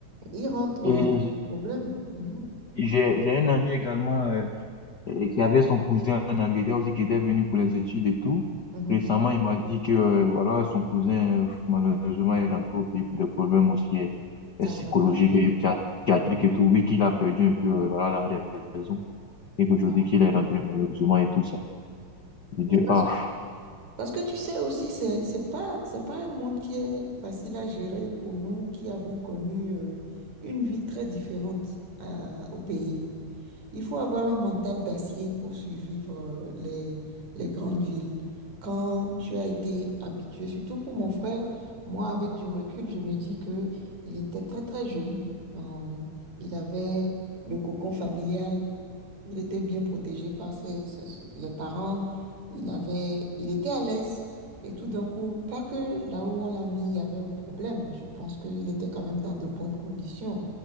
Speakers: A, on the right; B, on the left.
A: Il rentre,
B: Et
A: il a
B: j'-
A: ce problème. Mhm,
B: j'ai j'ai un ami également euh, euh, qui avait son cousin en Angleterre aussi, qui était venu pour les études et tout.
A: mhm.
B: Récemment, il m'a dit que euh, voilà, son cousin, euh, malheureusement, est rentré au pays pour des problèmes aussi euh,
A: Ça
B: euh, psychologiques
A: ne va pas.
B: et psychiat- psychiatriques et tout. Oui, qu'il a perdu un peu euh, voilà, la raison. Et qu'aujourd'hui,
A: Wow.
B: qu'il est rentré malheureusement et tout ça. J'ai dit,
A: Mais parce
B: ah.
A: que, parce que tu sais aussi, c'est, c'est pas, c'est pas un monde qui est facile à gérer pour nous qui avons connu euh, une vie très différente euh, au pays. Il faut avoir un mental d'acier pour survivre euh, les, les grandes villes. Quand tu as été habitué, surtout pour mon frère, moi, avec du recul, je me dis que il était très, très jeune. Euh, il avait le cocon familial. Il était bien protégé par ses, ses- ses- les parents. Il avait, il était à l'aise. Et tout d'un coup, pas que là où on l'a mis, il y avait un problème. Je pense qu'il était quand même dans de bonnes conditions.